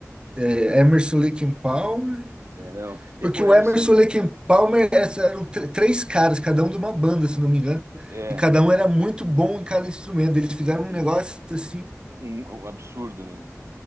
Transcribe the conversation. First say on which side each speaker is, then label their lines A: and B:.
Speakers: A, on the right; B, on the right.
A: é, Emerson, Lake and Palmer.
B: É, não. E-
A: Porque
B: O
A: o
B: Emerson
A: Emerson, Lake and Palmer essa- eram tr- três caras, cada um de uma banda, se não me engano.
B: é,
A: E cada um era muito bom em cada instrumento. Eles fizeram
B: sim,
A: um negócio assim,
B: um, um absurdo, né?